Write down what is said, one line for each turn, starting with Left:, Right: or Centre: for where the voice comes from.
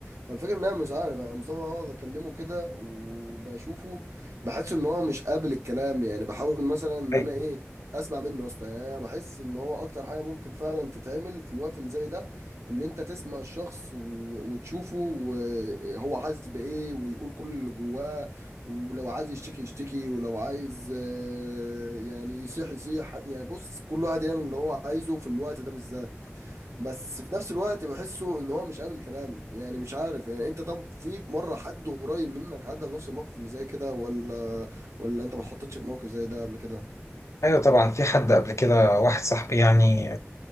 Right: فالفكرة ان انا مش عارف انا مصطفى اقعد اكلمه كده وبشوفه بحس ان هو مش قابل الكلام يعني بحاول مثلا ان
Left: ايوه
Right: انا ايه اسمع منه يا اسطى يعني انا بحس ان هو اكتر حاجة ممكن فعلا تتعمل في الوقت اللي زي ده ان انت تسمع الشخص و... وتشوفه وهو حاسس بايه ويقول كل اللي جواه ولو عايز يشتكي يشتكي ولو عايز آه، يعني يصيح يصيح يعني بص كل واحد يعمل اللي هو عايزه في الوقت ده بالذات بس في نفس الوقت بحسه ان هو مش قابل كلامي يعني مش عارف يعني انت طب في مره حد قريب منك عدى بنفس الموقف اللي زي كده ولا ولا انت ما اتحطيتش في موقف زي ده قبل كده
Left: ايوه طبعا في حد قبل كده واحد صاحبي يعني